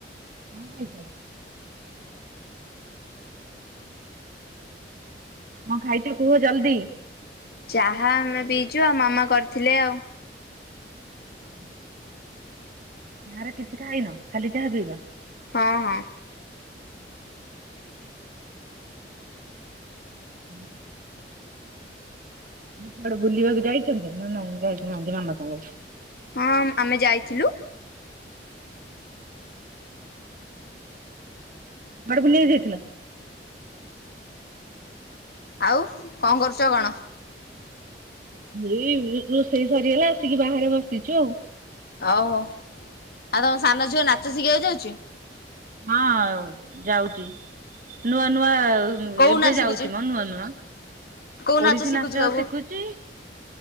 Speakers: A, on the right; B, on the left.
A: କଣ ଖାଇଚ? ମୁଁ ଖାଇଚି କୁହ ଜଲ୍ଦି।
B: ଚାହା ଆମେ ପିଇଚୁ ଆଉ ମାମା କରିଥିଲେ ଆଉ।
A: ହୁଁ। ଆହାର କିଛି ଖାଇନ ଖାଲି ଚାହା ପିଇଲ?
B: ହଁ ହଁ।
A: ହୁଁ ହୁଁ। ଆଉ କୁଆଡେ ବୁଲିବାକୁ ଯାଇଚନ୍ତି ନା ନାଇଁ ଯାଇ ନାହାନ୍ତି ମାମା ସାଙ୍ଗରେ।
B: ହଁ ଆମେ ଯାଇଥିଲୁ।
A: କୁଆଡେ ବୁଲିବାକୁ ଯାଇଥିଲ?
B: ଆଉ କଣ କରୁଚ କଣ?
A: ଏଇ ରୋଷେଇ ସରିଗଲା ଆସିକି ବାହାରେ ବସିଚୁ ଆଉ।
B: ଓଉ ହୋ, ଆଉ ତମ ସାନ ଝିଅ ନାଚ ଶିଖିବାକୁ ଯାଉଚି?
A: ହଁ ଆଉ ଯାଉଚି। ନୂଆ ନୂଆ
B: କୋଉ
A: ଏବେ
B: ନାଚ
A: ଯାଉଚି
B: ଶିଖୁଛି?
A: ମ ନୂଆ ନୂଆ
B: କୋଉ
A: ଓଡିଶୀ
B: ଶିଖୁଛି
A: ନାଚ
B: ସବୁ
A: ଶିଖୁ ହେ